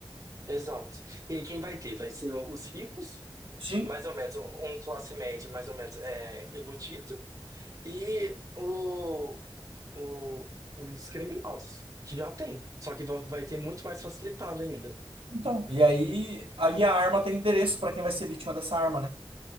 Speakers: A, on the right (about 40°); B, on the right (about 80°).
A: Exato. E aí quem vai ter? Vai ser os ricos,
B: Sim.
A: mais ou menos, um classe média mais ou menos é, iludido, e o, o- os criminosos, que já tem. Só que va- vai ter muito mais facilitado ainda.
B: Então, e aí, aí a arma tem endereço para quem vai ser vítima dessa arma, né?